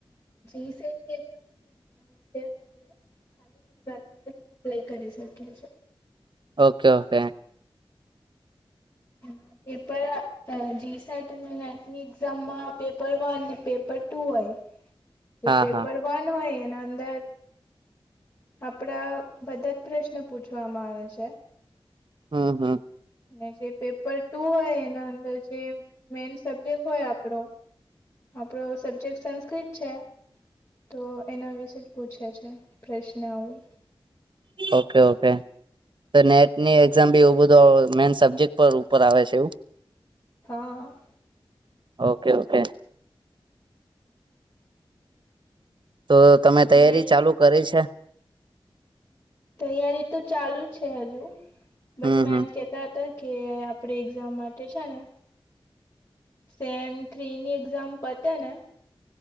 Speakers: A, on the left; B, on the right.
A: જી સેટની એક્ઝામ હોય ને એના માટે આપડે ખાલી ગુજરાતમાં જ અપ્લાય કરી શકીએ છે
B: ઓકે ઓકે
A: હા પેપર હ જીસેટ અને નેટની એકઝામમાં પેપર વન ને પેપર ટુ હોય જે
B: હા
A: પેપર
B: હા.
A: વન હોય એના અંદર આપણા બધા જ પ્રશ્ન પૂછવામાં આવે છે
B: હમ હમ
A: અને જે પેપર ટુ હોય એના અંદર જે મેન સબ્જેક્ટ હોય આપડો આપણો સબ્જેક્ટ સંસ્કૃત છે તો એના વિશે જ પૂછે છે પ્રશ્ન આવું
B: ઓકે ઓકે તો નેટની એક્ઝામ બી એવું બધું મેઈન સબ્જેક્ટ પર ઉપર આવે છે એવું
A: હ
B: ઓકે ઓકે તો તમે તૈયારી
A: ને
B: ચાલુ કરી છે
A: તૈયારી તો ચાલુ છે હજુ બટ
B: હમ
A: મેમ
B: હમ
A: કે કેતા હતા કે આપડે એક્ઝામ માટે છે ને સેમ થ્રી ની એક્ઝામ પતે ને